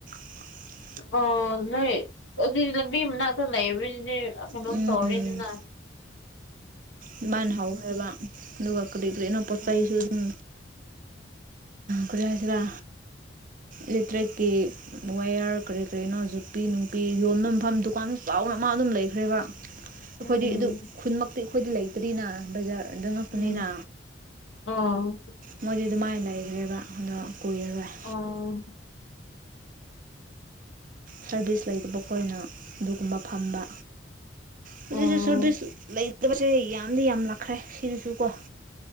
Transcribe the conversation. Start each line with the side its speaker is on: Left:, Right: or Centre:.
Right: <unintelligible>
Left: ꯑꯣ ꯅꯣꯏ ꯑꯗꯨꯗꯤ ꯂꯝꯕꯤ ꯃꯅꯥꯛꯇ ꯂꯩꯕꯔꯖꯤꯗꯤ ꯀꯩꯅꯣꯝ
Right: ꯎꯝ
Left: ꯇꯧꯔꯤꯗꯅ
Right: ꯑꯗꯨꯃꯥꯏꯅ ꯍꯥꯎꯈ꯭ꯔꯕ ꯑꯗꯨꯒ ꯀꯔꯤ ꯀꯔꯤꯅꯣ ꯄꯣꯠ
Left: ꯎꯝ
Right: ꯆꯩꯁꯨ ꯑꯗꯨꯝ ꯀꯔꯤ ꯍꯥꯏꯁꯤꯔꯥ ꯏꯂꯦꯛꯇ꯭ꯔꯤꯛꯀꯤ ꯋꯦꯌꯥꯔ ꯀꯔꯤ ꯀꯔꯤꯅꯣ ꯖꯛꯄꯤ ꯅꯨꯡꯄꯤ ꯌꯣꯟꯕꯃꯐꯝ ꯗꯨꯀꯥꯟ ꯆꯥꯎꯅ ꯃꯥ ꯑꯗꯨꯝ ꯂꯩꯈ꯭ꯔꯦꯕ ꯑꯩꯈꯣꯏꯗꯤ
Left: ꯎꯝ
Right: ꯑꯗꯨ ꯈꯨꯟꯃꯛꯇꯤ ꯑꯩꯈꯣꯏꯗꯤ ꯂꯩ ꯇꯔꯤꯅ ꯕꯖꯥꯔꯗ ꯉꯛꯇꯅꯤꯅ
Left: ꯎꯝ ꯑꯣ
Right: ꯃꯣꯏꯗꯤ ꯑꯗꯨꯃꯥꯏꯅ ꯂꯩꯈ꯭ꯔꯦꯕ ꯑꯗꯣ ꯀꯨꯏꯔꯔꯣꯏ
Left: ꯑꫭ
Right: ꯁꯔꯚꯤꯁ ꯂꯩꯇꯕ ꯑꯩꯈꯣꯏꯅ ꯑꯗꯨꯒꯨꯝꯕ ꯐꯝꯕ ꯍꯧꯖꯤꯛ
Left: ꯑꯣ
Right: ꯍꯧꯖꯤꯛ ꯁꯔꯚꯤꯁ ꯂꯩ ꯇꯕꯁꯦ ꯌꯥꯝꯗꯤ ꯌꯥꯝ ꯂꯛꯈ꯭ꯔꯦ ꯁꯤꯗꯁꯨ ꯀꯣ